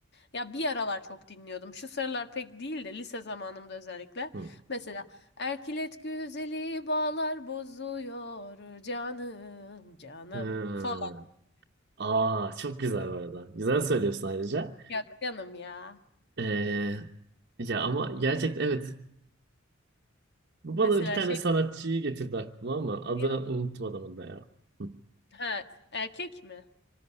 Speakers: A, on the left (about 55°); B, on the right (about 50°).
A: Ya bir aralar çok dinliyordum. Şu sıralar pek değil de lise zamanımda özellikle.
B: Hı.
A: Mesela Erkilet güzeli bağlar bozuyor canım canım
B: Hmm.
A: falan.
B: Aa çok güzel bu arada. Güzel söylüyorsun ayrıca.
A: Ya canım ya.
B: Ee, ya ama gerçekten evet. Bu bana
A: Mesela
B: bir tane
A: şey
B: sanatçıyı getirdi aklıma ama adını
A: niye o-
B: unuttum adamın da ya. Hı.
A: Ha, erkek mi?